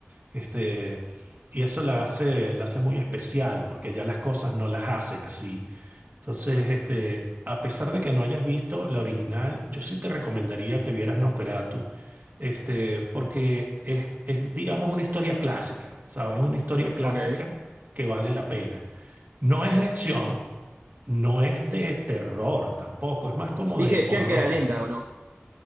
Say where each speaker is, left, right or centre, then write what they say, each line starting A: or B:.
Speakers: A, on the right; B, on the right.
A: Este, y eso la hace, la hace muy especial, porque ya las cosas no las hacen así. Entonces, este, a pesar de que no hayas visto la original, yo sí te recomendaría que vieras Nosferatu, este, porque es, es, digamos, una historia clásica, ¿sabes? Es una historia clásica
B: Ok.
A: que vale la pena. No es de acción, no es de terror tampoco, es más como
B: Vi
A: de
B: que decían
A: horror.
B: que era lenta o no.